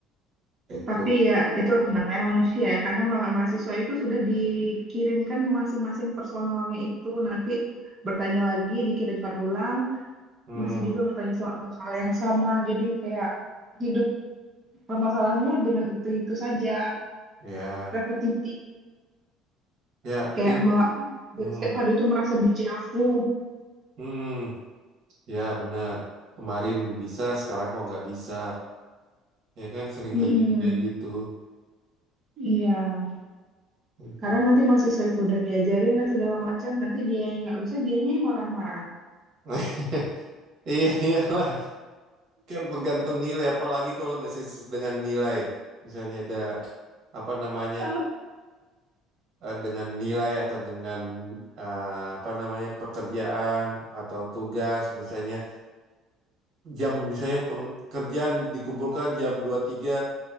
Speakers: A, on the right (about 45°); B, on the right (about 30°).
A: itu.
B: Tapi ya itulah namanya manusia ya, karena ma- mahasiswa itu sudah dikirimkan masing-masing personalnya itu nanti bertanya lagi, dikirimkan ulang,
A: Hmm,
B: masih juga bertanya soal hal yang sama. Jadi kayak hidup permasalahannya dengan itu-itu saja,
A: ya,
B: repetitif.
A: ya,
B: Kayak
A: eh,
B: mela-
A: hmm,
B: jadi setiap hari itu merasa dejavu.
A: hmm, ya benar. Kemarin bisa, sekarang kok nggak bisa. Ya kan sering
B: Mm-mm.
A: terjadi kayak gitu.
B: Iya,
A: Itu.
B: kadang nanti mahasiswa itu udah diajarin dan segala macam, nanti dia yang nggak bisa, dianya yang marah-marah.
A: <laughs> Iya, iyalah. Kan tergantung nilai, apalagi kalau udah sensitif dengan nilai. Misalnya ada apa namanya
B: Ah.
A: eh, dengan nilai atau dengan eh, apa namanya pekerjaan atau tugas misalnya jam misalnya pekerjaan dikumpulkan jam 23